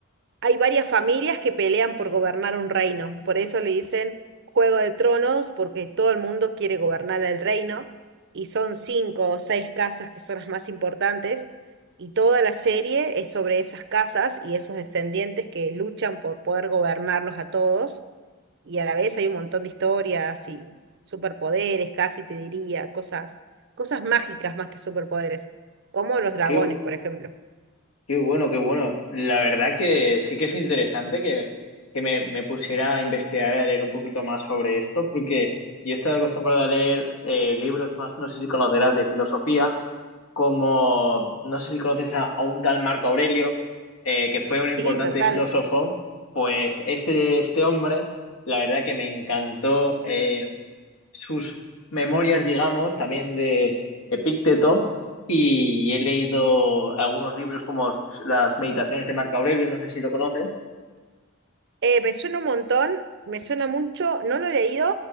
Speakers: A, on the right; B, on the left.
A: Hay varias familias que pelean por gobernar un reino, por eso le dicen Juego de Tronos, porque todo el mundo quiere gobernar el reino, y son cinco o seis casas que son las más importantes, y toda la serie es sobre esas casas y esos descendientes que luchan por poder gobernarlos a todos, y a la vez hay un montón de historias y superpoderes, casi te diría, cosas, cosas mágicas más que superpoderes, como los dragones,
B: Qué, bu-
A: por ejemplo.
B: qué bueno, qué bueno. La verdad que sí que es interesante que, que me, me pusiera a investigar y a leer un poquito más sobre esto, porque yo he estado acostumbrado a leer eh, libros más, no sé si conocerás, de filosofía, como, no sé si conoces a, a un tal Marco Aurelio, eh, que fue un importante
A: Sí, total.
B: filósofo, pues este, este hombre... La verdad que me encantó. eh, sus memorias, digamos, también de Epícteto, y he leído algunos libros como las Meditaciones de Marco Aurelio, no sé si lo conoces.
A: Eh, me suena un montón, me suena mucho, no lo he leído.